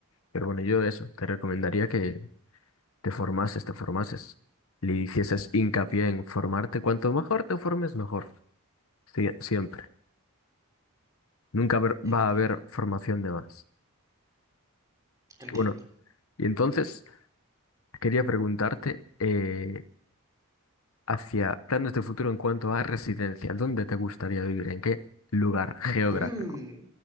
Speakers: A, on the left (about 65°); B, on the right (about 15°).
A: Pero bueno, yo eso, te recomendaría que te formases, te formases. Le hicieses hincapié en formarte. Cuanto mejor te formes, mejor. Sie- siempre. Nunca haber-
B: Ya,
A: va a haber
B: ya,
A: formación de más.
B: entiendo.
A: Bueno, y entonces quería preguntarte, eh, hacia planes de futuro en cuanto a residencia. ¿Dónde te gustaría vivir? ¿En qué lugar geográfico?
B: Mm,